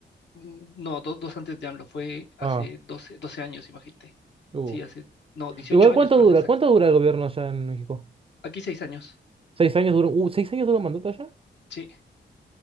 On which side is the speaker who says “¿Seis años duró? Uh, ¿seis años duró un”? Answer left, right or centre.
Right